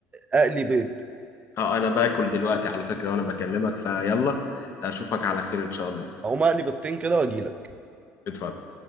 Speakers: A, on the right (about 25°); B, on the left (about 50°).
A: اقلي بيض
B: اه انا باكل دلوقتي على فكرة وانا بكلمك فيلا اشوفك على خير ان شاء الله
A: اقوم اقلي بيضتين كده واجيلك
B: اتفضل